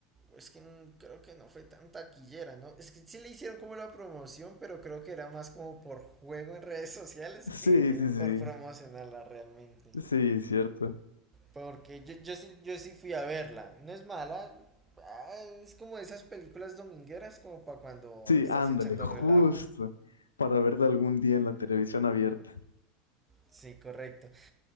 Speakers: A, on the right; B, on the left.
A: Es que mm, creo que no fue tan taquillera, ¿no? Es que sí le hicieron como la promoción, pero creo que era más como por juego en redes sociales
B: <laughs> Sí,
A: que
B: sí, sí.
A: por promocionarla realmente.
B: Sí, cierto.
A: Porque yo, yo sí, yo sí fui a verla. No es mala. ah, es como esas películas domingueras, como para cuando
B: Sí,
A: estás
B: ándale,
A: echando
B: justo,
A: relajo.
B: para verla algún día en la televisión abierta.
A: Sí, correcto.